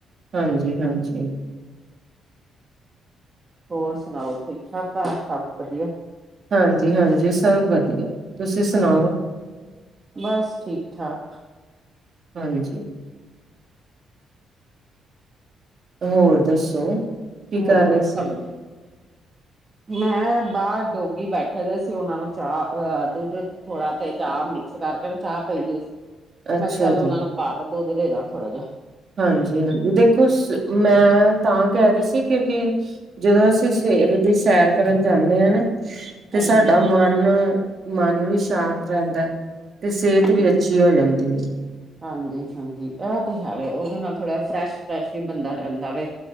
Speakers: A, on the right (about 50°); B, on the right (about 30°).
A: ਹਾਂਜੀ ਹਾਂਜੀ।
B: ਹੋਰ ਸੁਣਾਓ ਠੀਕ ਠਾਕ ਘਰ ਸਭ ਵਧੀਆ?
A: ਹਾਂਜੀ ਹਾਂਜੀ ਸਭ ਵਧੀਆ। ਤੁਸੀਂ ਸੁਣਾਓ?
B: ਬਸ ਠੀਕ ਠਾਕ।
A: ਹਾਂਜੀ। ਹੋਰ ਦੱਸੋ? ਕੀ
B: ਹੋਰ
A: ਕਰ ਰਹੇ
B: ਸਭ ਵਧੀਆ।
A: <inaudible>
B: ਮੈਂ ਬਾਹਰ ਡੋਗੀ ਬੈਠੇ ਦੇ ਸੀ ਉਹਨਾਂ ਨੂੰ ਚਾਹ ਅ ਦੁੱਧ ਥੋੜਾ ਤੇ ਚਾਹ ਮਿਕਸ ਕਰਕੇ ਨਾ ਚਾਹ ਪਈਦੀ ਸੀ।
A: ਅੱਛਾ
B: ਮੈਂ ਕਿਹਾ ਚੱਲ ਉਹਨਾ
A: ਜੀ
B: ਨੂੰ ਪਾ ਦੁੱਧ ਦੇ ਦਾ ਥੋੜਾ ਜਿਹਾ।
A: ਹਾਂਜੀ ਹਾਂਜੀ, ਦੇਖੋ ਸ ਮੈਂ ਤਾਂ ਕਹਿ ਰਹੀ ਸੀ ਕਿਉਂਕਿ ਜਦੋਂ ਅਸੀਂ ਸਵੇਰ ਦੀ ਸੈਰ ਕਰਨ ਜਾਣੇ ਆ ਨਾ ਤੇ
B: ਹਾਂਜੀ
A: ਸਾਡਾ ਮੰਨ ਮੰਨ ਵੀ ਸ਼ਾਂਤ ਰਹਿੰਦਾ। ਤੇ ਸਿਹਤ
B: ਹਾਂਜੀ
A: ਵੀ ਅੱਛੀ ਹੋ ਜਾਂਦੀ ਏ।
B: ਹਾਂਜੀ ਹਾਂਜੀ ਐ ਤੇ ਹੈ ਵੇ, ਉ ਉਹਦੇ ਨਾਲ ਥੋੜ੍ਹਾ ਜਿਹਾ ਫਰੈਸ਼-ਫਰੈਸ਼ ਵੀ ਬੰਦਾ ਰਹਿੰਦਾ ਵੇ,